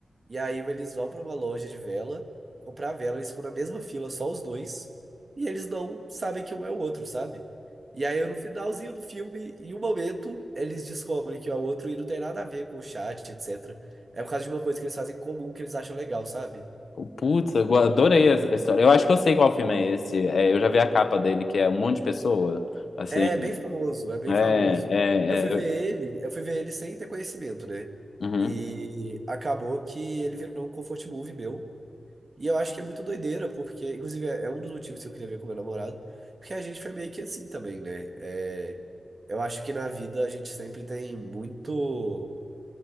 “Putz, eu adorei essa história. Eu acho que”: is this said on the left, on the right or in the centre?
Left